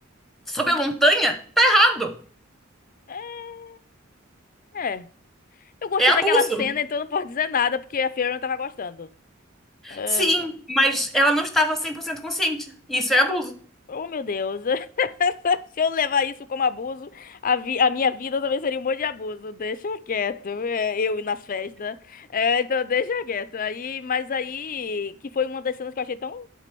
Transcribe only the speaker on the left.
É. é. Eu gostei
daquela cena, então não posso dizer nada, porque a Fiona tava gostando. Ah,
oh, meu Deus. <laughs> Se eu levar isso como abuso, a, vi- a minha vida também seria um monte de abuso. Deixa quieto. é, eu ir nas festas. É, então, deixa quieto. Aí, mas aí, que foi uma das cenas que eu achei tão.